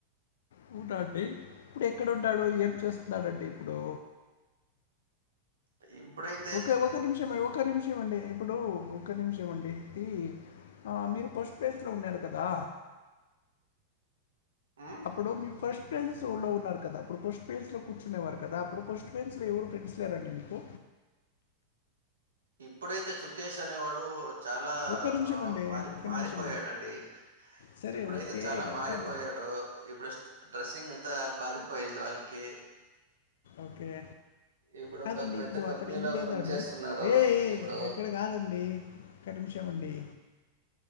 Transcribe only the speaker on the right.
ఇబ్బుడయ్
హ్మ్?
ఇప్పుడైతే చుకేష్ అనేవాడు చాలా
మారి
మారిపోయాడండి
ఇప్పుడైతే
చాలా మారిపోయాడు
ఇప్పుడస్ట్ డ్రెస్సింగ్ అంత బారిపోయింద్ వానికి
ఇప్పుడు
ఒక పెద్ద
కంపెనీలో
పనిచేస్తున్నాడు
ఇప్పుడు